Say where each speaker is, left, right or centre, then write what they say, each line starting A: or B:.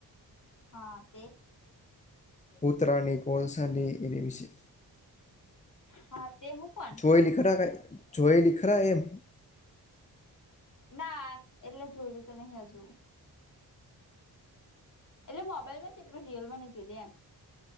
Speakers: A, on the left (about 50°); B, on the left (about 20°).
A: હા તે.
B: કૂતરાની કોલસાની એની વિશે?
A: હા તે હું પણ
B: જોય લખરા ક જોયેલી ખરા એમ?
A: ના એટલે શું મને કેજ. એટલે મોબાઈલમાં છે રિયલમાં ની જોઈ એમ.